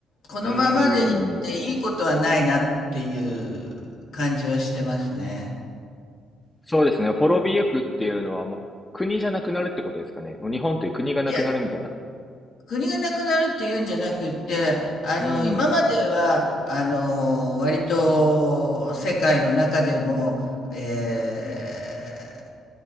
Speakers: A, on the left (about 80°); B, on the left (about 15°).
A: このままでいっていいことはないなっていう感じはしてますね。
B: うーん。そうですね。滅びゆくっていうのはもう国じゃなくなるってことですかね。もう日本という国がなくなるみたいな。
A: いや、国がなくなるっていうんじゃなくて、あの、
B: うん。
A: 今までは、あの、割と世界の中でも、え